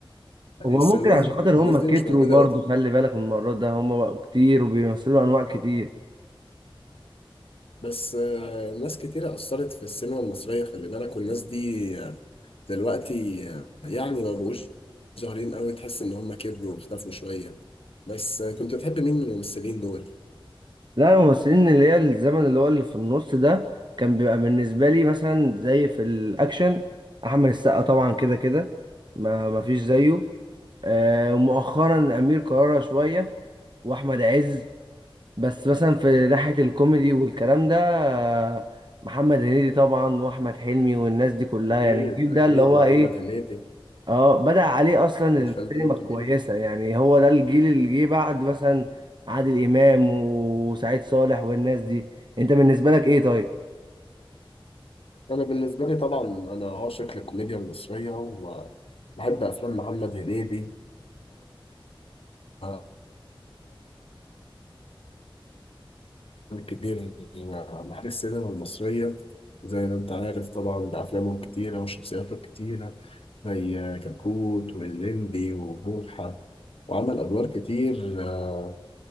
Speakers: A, on the right; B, on the left.
A: هو
B: بس
A: ممكن
B: الناس
A: عشان خاطر
B: الناس
A: هم
B: دي
A: كتروا
B: مش موجودة
A: برضه
B: دلوقتي
A: خلي بالك من المرات ده هم بقوا كتير وبيمثلوا انواع كتير
B: بس آه، ناس كتيرة أثرت في السينما المصرية خلي بالك والناس دي آه، دلوقتي آه، يعني ما بقوش ظاهرين قوي تحس إن هم كبروا واختفوا شوية بس آه، كنت بتحب مين من الممثلين دول؟
A: لا الممثلين اللي هي الزمن اللي هو اللي في النص ده كان بيبقى بالنسبة لي مثلا زي في الأكشن أحمد السقا طبعا كده كده ما ما فيش زيه آه، مؤخرا أمير كرارة شوية وأحمد عز بس مثلا في ناحية الكوميدي والكلام ده آه، محمد هنيدي طبعا وأحمد حلمي والناس دي كلها
B: أكيد
A: يعني الجيل
B: أكيد
A: ده اللي هو
B: محمد
A: إيه
B: هنيدي
A: اه بدأ عليه اصلا
B: الفنان
A: السينما
B: الكبير
A: الكويسه يعني هو ده الجيل اللي جه بعد مثلا عادل امام وسعيد صالح والناس دي انت بالنسبه لك ايه طيب
B: انا بالنسبه لي طبعا انا عاشق للكوميديا المصريه وبحب افلام محمد هنيدي وافلام الكبير محل السينما المصريه زي ما انت عارف طبعا بافلامه الكتيره وشخصياته الكتيره زي كتكوت واللمبي وبوحه وعمل ادوار كتير آه،